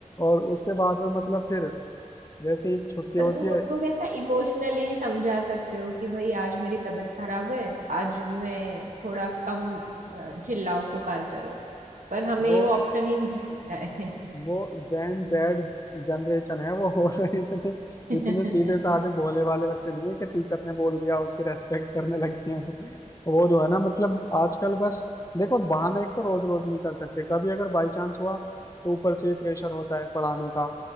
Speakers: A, on the left; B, on the right.
A: और उसके बाद में मतलब फिर जैसे ही छुट्टी
B: पर
A: होती
B: तुम
A: है
B: उनको कैसा इमोशनली समझा सकते हो कि भाई आज मेरी तबीयत खराब है आज मैं थोड़ा कम अ, चिल्लाओ पुकार करो पर हमें
A: वो
B: वो ऑप्शन ही नहीं मिलता है
A: वो जेन जेड जनरेशन है वो हो रहे इतने
B: <laughs>
A: इतने सीधे साधे भोले वाले बच्चे नहीं है कि टीचर ने बोल दिया उसकी रेस्पेक्ट करने लगते हैं वो वो जो है ना मतलब आजकल बस देखो बहाना एक तो रोज रोज नहीं कर सकते कभी अगर बाई चांस हुआ तो ऊपर से भी प्रेशर होता है पढ़ाने का